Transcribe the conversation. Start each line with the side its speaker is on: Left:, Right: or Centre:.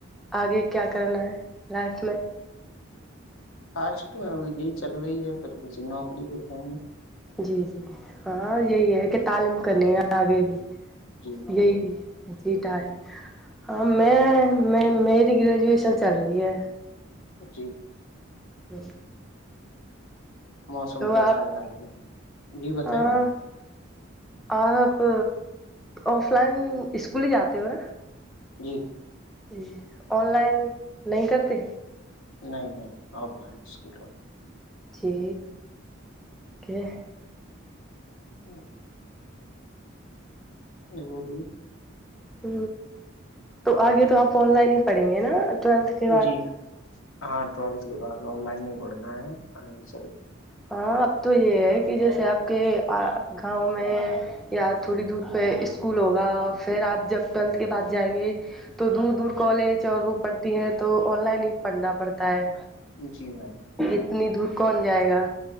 Centre: آگے کیا کرنا ہے لائف میں
Left: خس تو ا جی چل رہی ہے پھر پ نوکری لتے
Centre: جی جی ہاں یہی ہے کہ تعلیم کرنی ہے آگے بھی
Left: جی جی
Centre: یہی جیٹائ ہے ہاں میں میں میری گریجویشن چل رہی ہے
Left: جی
Centre: ہوں
Left: موسم کیسا
Centre: آپ
Left: آج ہے جی بتائیے
Centre: ہاں آپ آف لائن اسکول ہی جاتے ہو نا
Left: جی
Centre: جی آن لائن نہیں کرتے
Left: نہیں نہیں آ پانیول
Centre: جی کہ
Left: ہوں ا بولے
Centre: ہ تو آگے تو آپ آن لائن ہی پڑھیں گے نا ٹویلتھ کے بعد
Left: جی ہاں ٹویلتھ کی بات آن لائن ہی پڑھنا ہے س
Centre: ہاں اب تو یہ ہے کہ جیسے آپ کے گاؤں میں یا تھوڑی دور پہ اسکول ہوگا پھر آپ جب ٹویلتھ کے بعد جائیں گے تو دور دور کالج اور وہ پڑھتی ہے تو آن لائن ہی پڑھنا پڑتا ہے
Left: جی میم
Centre: اتنی دور کون جائے گا